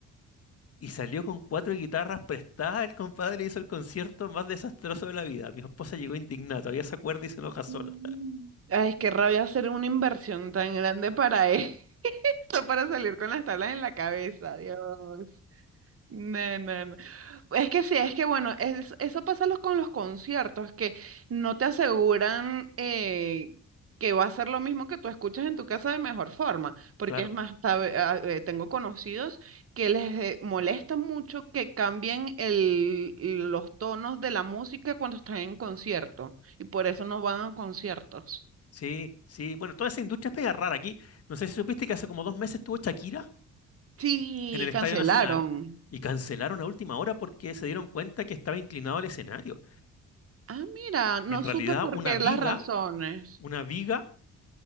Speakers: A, on the left (about 50°); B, on the right (about 50°).
A: Y salió con cuatro guitarras prestadas. El compadre hizo el concierto más desastroso de la vida. Mi esposa llegó indignada, todavía se acuerda y se enoja sola.
B: Mm. Ay, es que rabia hacer una inversión tan grande para <laughs> eso, para salir con las tablas en la cabeza, Dios. No, no, no. Es que sí, es que bueno, es- eso pasa los- con los conciertos, que no te aseguran eh, que va a ser lo mismo que tú escuchas en tu casa de mejor forma, porque
A: Claro,
B: es más, sabe- a- eh, tengo conocidos que les eh, molesta mucho que cambien el- los tonos de la música cuando están en concierto, y por eso no van a conciertos.
A: sí, sí. Bueno, toda esa industria es mega rara aquí. No sé si supiste que hace como dos meses estuvo Shakira
B: Sí,
A: en el Estadio
B: cancelaron.
A: Nacional y cancelaron a última hora porque se dieron cuenta que estaba inclinado al escenario.
B: Ah, mira, no
A: Y en realidad
B: supe por
A: una
B: qué
A: viga,
B: las razones.
A: una viga